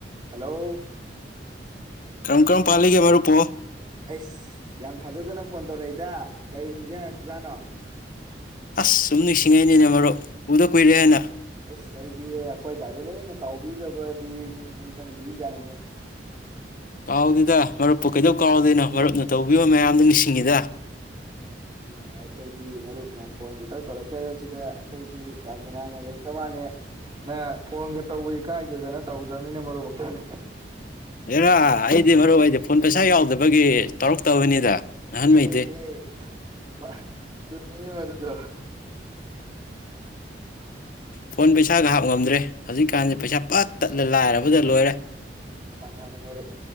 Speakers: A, on the right; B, on the left.
A: ꯍꯜꯂꯣ
B: ꯀ꯭ꯔꯝ ꯀ꯭ꯔꯝ ꯄꯥꯂꯤꯒꯦ ꯃꯔ ꯄꯣ
A: ꯑꯩꯁ ꯌꯥꯝ ꯊꯥꯖꯗꯅ ꯐꯣꯟ ꯇꯧꯔꯛꯏꯗ ꯀꯔꯤ ꯅꯤꯡꯁꯤꯡꯉꯖꯥꯠꯅꯣ
B: ꯑꯁ ꯁꯨꯝ ꯅꯨꯡꯁꯤꯡꯉꯩꯅꯦꯅꯦ ꯃꯔꯨꯞ ꯎꯗ ꯀꯨꯏꯔꯦꯅ
A: ꯑꯁ ꯑꯩꯗꯤ ꯑꯩꯈꯣꯏ ꯒꯥꯗꯦ ꯂꯣꯏꯅ ꯀꯥꯎꯕꯤꯈ꯭ꯔꯕꯗꯤ ꯅꯤꯡ ꯅꯤꯡꯁꯤꯡꯕꯤꯔꯤ ꯌꯥꯥꯅꯤꯡꯅꯦ
B: ꯀꯥꯎꯗꯦꯗ ꯃꯔꯨꯞꯄꯨ ꯀꯩꯗꯧ ꯀꯥꯎꯗꯣꯏꯅꯣ ꯃꯔꯨꯞꯅ ꯇꯧꯕꯤꯕ ꯃꯌꯥꯝꯗꯨ ꯅꯤꯡꯁꯤꯡꯉꯤꯗ
A: ꯎꯝ ꯑꯩꯈꯣꯏꯗꯤ ꯃꯔꯨꯞꯅ ꯐꯣꯟ ꯈꯤꯇꯪ ꯇꯧꯔꯛꯀꯦꯗ ꯁꯤꯗ ꯑꯩꯈꯣꯏꯗꯤ ꯌꯥꯝ ꯅꯨꯡꯉꯥꯏꯅ ꯂꯩꯈ꯭ꯔ ꯃꯥꯅꯦ ꯅꯪ ꯐꯣꯟꯒ ꯇꯧꯕꯗꯤ ꯀꯥꯏꯗꯗꯅ ꯇꯧꯗ꯭ꯔꯕꯅꯤꯅ ꯃꯔꯨꯞ ꯑꯩꯈꯣꯏꯅ
B: ꯑꯦꯔꯥ ꯑꯩꯗꯤ ꯃꯔꯨ ꯑꯣꯏꯗꯤ ꯐꯣꯟ ꯄꯩꯁꯥ ꯌꯥꯎꯗꯕꯒꯤ ꯇꯧꯔꯛꯇꯕꯅꯤꯗ ꯅꯍꯥꯟꯉꯩꯗꯤ
A: ꯑꯦ ꯌꯦ ꯑꯗꯨꯃꯤ ꯃꯗ꯭ꯔ
B: ꯐꯣꯟ ꯄꯩꯁꯥꯒ ꯍꯥꯞ ꯉꯝꯗ꯭ꯔꯦ ꯍꯧꯖꯤꯛꯀꯥꯟꯁꯦ ꯄꯩꯁꯥ ꯄꯠ ꯇꯠꯂ ꯂꯥꯏꯔꯕꯗ ꯂꯣꯏꯔꯦ
A: ꯃꯅ ꯃꯔꯨꯞ